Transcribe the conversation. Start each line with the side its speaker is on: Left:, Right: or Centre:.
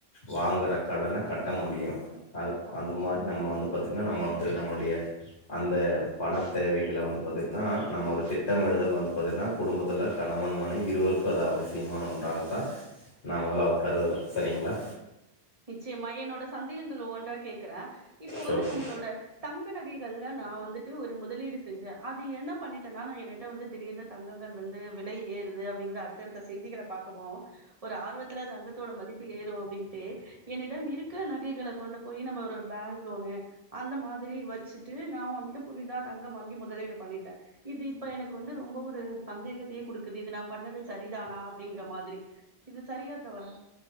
Left: வாங்குற கடன கட்ட முடியு அதுப் அந்த மாதிரி நம்ம வந்து பாத்திங்னா நம்ம வந்து நம்முடைய அந்த பண தேவைகள்ல வந்து பாத்தீட்னா நம்ம ஒரு திட்டமிடுதல் வந்து பாத்தீட்னா குடும்பத்துல கணவன் மனைவி இருவருக்கு அது அவசியமான ஒன்றாகத்தா நா முதலாவது கருவுர சரிங்ளா
Right: நிச்சயமா என்னோட சந்தேகங்கள் ஒவ்வொன்றா கேக்குற இப்ப வந்து
Left: சொல்லுங்க
Right: நம்மளோட தங்க நகைகள்ல நா வந்துட்டு ஒரு முதலீடு செஞ்சே அது என்ன பண்ணிட்டேனா நா என்னுட வந்து திடீர்னு தங்கங்கள் வந்து விலை ஏறுது அப்டிங்கிற அடுத்தடுத்த செய்திகளை பாக்கவோ ஒரு ஆர்வத்துல தங்கத்தோட மதிப்பு ஏறு அப்டின்ட்டு என்னுட்டம் இருக்குற நகைகளை கொண்டு போய் நம்ம ஒரு பேங்க் லோனு அந்த மாதிரி வச்சிட்டு நா வந்துட்டு புதிதா தங்கம் வாங்கி முதலீடு பண்ணிட்ட இது இப்ப எனக்கு வந்து ரொம்ப ஒரு சந்தேகத்தையே குடுக்குது இது நா பண்ணது சரிதானா அப்டிங்கிற மாதிரி இது சரியா தவறா